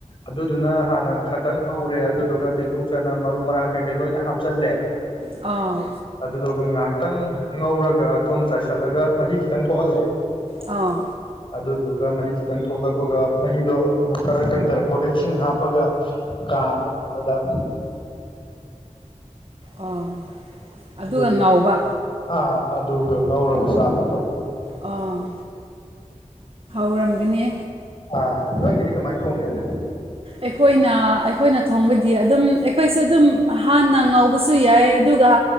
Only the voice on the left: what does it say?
ꯑꯗꯨꯗꯨꯅ ꯍꯥꯟꯅ ꯈꯇꯪ ꯉꯧꯔꯦ ꯑꯗꯨꯗꯨꯒ ꯇꯤꯜꯍꯧ ꯆꯅꯝ ꯃꯔꯨ ꯃꯔꯥꯡ ꯀꯩꯀꯩ ꯂꯣꯏꯅ ꯍꯥꯞꯆꯜꯂꯦ
ꯑꯗꯨꯗꯨꯒ ꯉꯥꯏꯍꯥꯛꯇꯪ ꯉꯧꯔꯒ ꯊꯨꯝ ꯆꯥꯏꯁꯤꯜꯂꯒ ꯃꯍꯤ ꯈꯤꯇꯪ ꯊꯣꯛꯍꯜꯂꯦ
ꯑꯗꯨꯗꯨꯒ ꯃꯍꯤ ꯈꯤꯇꯪ ꯊꯣꯛꯂꯛꯄꯒ ꯃꯍꯤꯗꯣ ꯑꯃꯨꯛ ꯈꯔ ꯀꯪꯊꯔꯛꯄꯒ ꯏꯁꯤꯡ ꯍꯥꯞ ꯒ ꯀꯥꯃ <unintelligible>
ꯑꯗꯨ
ꯑꯥ ꯑꯗꯨꯒ ꯉꯧꯔꯒ ꯆꯥꯕ
ꯑ ꯅꯣꯏꯒꯤꯗꯤ ꯀꯃꯥꯏꯅ ꯊꯣꯡꯒꯦꯗ